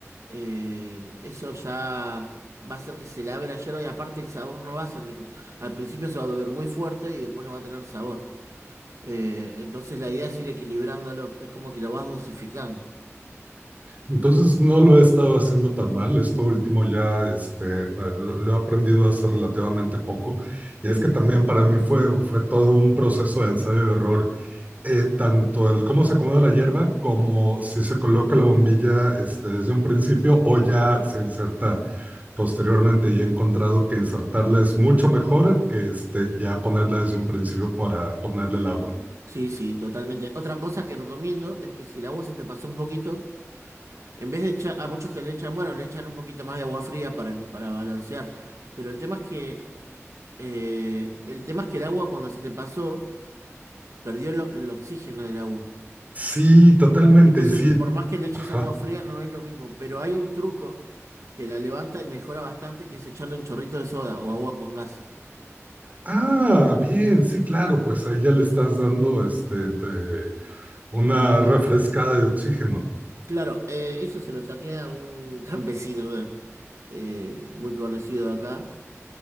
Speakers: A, on the right; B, on the right.
A: eh, eso ya va a hacer que se lave la hierba y aparte el sabor no va a ser rico. Al principio se va a beber muy fuerte y después no va a tener sabor. Eh, entonces la idea es ir equilibrándolo, es como que lo vas dosificando.
B: Entonces no lo he estado haciendo tan mal. Esto último ya este, eh, lo, lo he aprendido hace relativamente poco. Y
A: Sí,
B: es que también para mí fue, fue todo un proceso de ensayo y error, eh, tanto el cómo se acomoda la hierba como si se coloca la bombilla este, desde un principio o ya se inserta posteriormente y he encontrado que insertarla es mucho mejor que este, ya ponerla desde un principio para ponerle el agua.
A: sí, sí, totalmente. Otra cosa que recomiendo es que si el agua se te pasó un poquito, En vez de echar, a muchos que le echan, bueno, le echan un poquito más de agua fría para, para balancear. Pero el tema es que, eh, el tema es que el agua cuando se te pasó, perdió lo- el oxígeno del agua.
B: Sí, totalmente,
A: Entonces,
B: y sí.
A: por más que le eches
B: Ajá.
A: agua fría, no es lo mismo. Pero hay un truco que la levanta y mejora bastante, que es echarle un chorrito de soda o agua con gas.
B: Ah, bien, sí, claro, pues ahí ya le estás dando este, de- una refrescada de oxígeno.
A: Claro, eh, eso se lo saqué a un <laughs> campesino eh, muy conocido de acá.